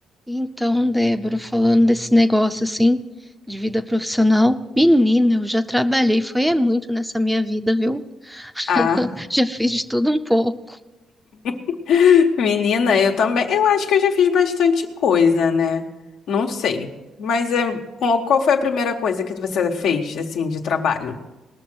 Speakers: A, in the centre; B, on the left.
A: Então, Débora, falando desse negócio assim, de vida profissional, menina, eu já trabalhei, foi é muito nessa minha vida, viu? <laughs>
B: Ah,
A: Já fiz de tudo um pouco.
B: <laughs> menina, eu também. Eu acho que eu já fiz bastante coisa, né? Não sei. Mas é, qual qual foi a primeira coisa que você fez, assim, de trabalho?